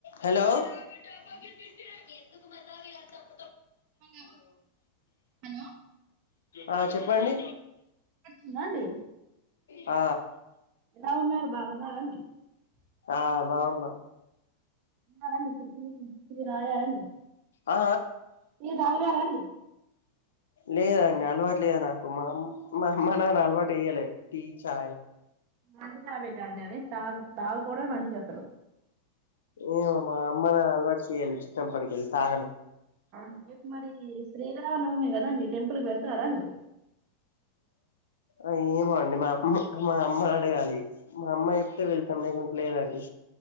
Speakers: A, on the left; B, on the right.
A: హలో <inaudible>
B: హలో
A: కు మన్నావి అ
B: హలో హలో
A: ఆ చెప్పండి
B: న్నా అండి
A: ఆ
B: ఎలా ఉన్నారు <inaudible>
A: ఆ బాగుంద
B: ఆడి త రాగా ఆడి
A: ఆ
B: ఇది అంగారంండి
A: లేదండి అలవాటు లేదు నాకు మామ్ మా అమ్మనాన్న అలవాటయ్యలే టీ చా
B: మజ ఆబట్ అంటారే సాగు దావి కూడా మంచి అసలు
A: ఏమమ్ మా అమ్మ నా అలవాటు చేయాలచ్చు చెంపటికి స
B: విజయ కుమారి శ్రీల అవున మీ అద అండి టెంపుల్ వెళ్త అ ర అండి
A: ఏమో అండి మా అమ్మ మా అమ్మ అడగాలి మా అమ్మ చెప్తే వెళ్తాం లేకుంట లేదండి